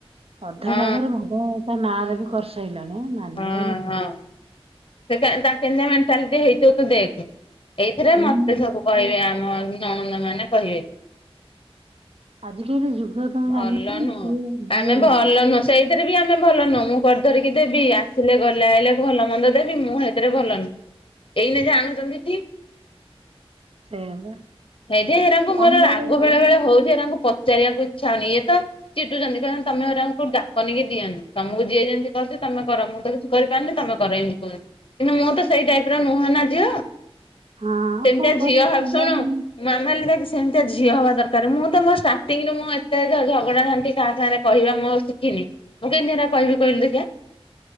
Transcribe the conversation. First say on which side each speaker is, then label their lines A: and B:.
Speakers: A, on the right; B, on the left.
A: ଅଧା
B: ହଁ
A: ଜାଗାରୁ ଭାଗ ତା ନାଁରେ ବି କରିସାଇଲାଣି ମାନିବାକୁ
B: ହଁ
A: ପଡିବି।
B: ହଁ ସେ ତା କେନ୍ତିଆ ମେଣ୍ଟାଲିଟି ହେଇଥିବ ତୁ ଦେଖ। ଏଇଥିରେ
A: ହୁଁ।
B: ମତେ ସବୁ କହିବେ ଆମ ନଣନ୍ଦ ମାନେ କହିବେ।
A: ଆଜିକାଲି ଯୁଗ ତମେ
B: ଭଲ
A: ଜାଣିନ
B: ନୁହଁ,
A: ଯିଏ ଯିଏ
B: ଆମେ ଭଲ ନୁହଁ। ସେଇଥିରେ ବି ଆମେ ଭଲ ନୁହଁ। ମୁଁ କରି ଧରିକି ଦେବି ଆସିଲେ ଗଲେ ଆଇଲେ ଭଲ ମନ୍ଦ ଦେବି ମୁଁ ହେଥିରେ ଭଲ ନୁହଁ। ଏଇନେ ଜାଣୁଛନ୍ତି ଠିକ୍।
A: ସେଇଆ ବା।
B: ହେଇଥି ପାଇଁ ହେରାଙ୍କୁ
A: ଜାଣିଲା
B: ମୋର ରାଗ
A: ବେଳକୁ
B: ବେଳେ
A: ହଁ
B: ବେଳେ ହଉଛି ହେରାଙ୍କୁ ପଚାରିବାକୁ ଇ ଛା ହଉନି। ଇଏତ ଚିଡୁଛନ୍ତି। କହୁଛନ୍ତି ତମେ ହେରାଙ୍କୁ ଡାକନି କି ଦିଅନି। ତମକୁ ଯିଏ ଯେମିତି କରୁଚି ତମେ କର। ମୁଁ ତ କି କରିପାରୁନି ତମେ କର। ଏମିତି କହୁଚନ୍ତି। କିନ୍ତୁ ମୁଁ ତ ସେଇ ଟାଇପ ର ନୁହେଁ ନା ଝିଅ।
A: ଆଉ
B: ସେମିତିଆ
A: କଣ କରିବ
B: ଝିଅ ହବି
A: ସେମାନେ
B: ଶୁଣୁ ମାମାଲି ଦେଖ୍ ସେମିତିଆ ଝିଅ ହବା ଦରକାର। ମୁଁ ତ ମୋ ଷ୍ଟାର୍ଟିଂରେ ମୁଁ ଏ ସେ ଝଗଡ଼ା ଝାଣ୍ଟି କାହା ସାଙ୍ଗରେ କହିବା ମୁଁ ଶିଖିନି। ମୁଁ କେମିତି ହେରା କହିବି କହିଲୁ ଦେଖିଆ।